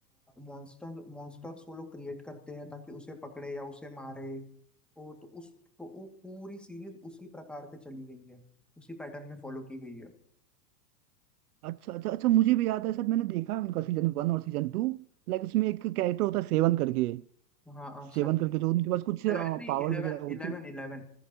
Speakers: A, in the centre; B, on the right.
A: मॉन्स्टर मॉन्स्टर्स वो लोग क्रिएट करते हैं ताकि उसे पकड़े या उसे मारे वो तो उस तो वो पूरी सीरीज उसी प्रकार पे चली गई है उसी पैटर्न में फॉलो की गई है
B: अच्छा अच्छा अच्छा मुझे भी याद है सर मैंने देखा है उनका सीजन वन और सीजन टू लाइक उसमें एक कैरेक्टर होता है सेवन करके
A: हाँ हाँ
B: सेवन
A: सर
B: करके जो उनके पास कुछ
A: 11 नहीं
B: पावर
A: इलेवन
B: वगैरह होती
A: इलेवन इलेवन